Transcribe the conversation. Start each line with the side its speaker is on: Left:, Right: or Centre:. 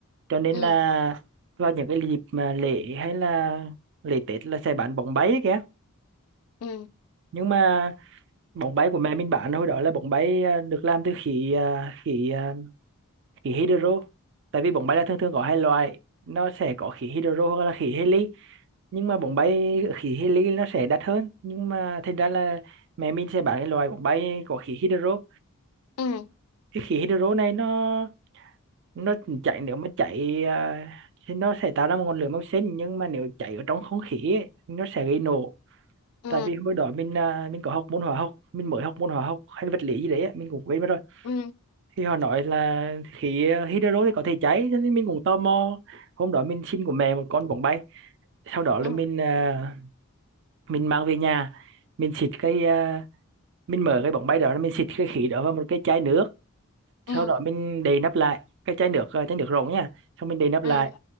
Right: cho nên
Left: ừ
Right: là vào những cái dịp mà lễ hay là lễ Tết là sẽ bán bóng bay kìa
Left: ừ
Right: nhưng mà bóng bay của mẹ mình bán hồi đó là bóng bay à, được làm từ khí à, khí à, khí hydro tại vì bóng bay là thường thường có hai loại nó sẽ có khí hydro hoặc là khí heli nhưng mà bóng bay khí heli nó sẽ đắt hơn nhưng mà thành ra là mẹ mình sẽ bán cái loại bóng bay có khí hydro
Left: ừ
Right: cái khí hydro này nó nó chạy nếu mà chạy à, thì nó sẽ tạo ra một ngọn lửa màu xanh nhưng mà nếu chạy ở trong không khí ấy, nó sẽ gây nổ
Left: ừ
Right: tại vì hồi đó mình à, mình có học môn hóa học mình mới học môn hóa học hay vật lý gì đấy á, mình cũng quên mất rồi
Left: ừ
Right: thì họ nói là khí ờ, hydro thì có thể cháy cho nên mình cũng tò mò hôm đó mình xin của mẹ một con bóng bay sau đó là
Left: ừ
Right: mình à, mình mang về nhà mình xịt cái à, mình mở cái bóng bay đó mình xịt cái khí đó vào một cái chai nước
Left: ừ
Right: sau đó mình đậy nắp lại cái chai nước à, chai nước rỗng nha xong mình đậy nắp
Left: ừ
Right: lại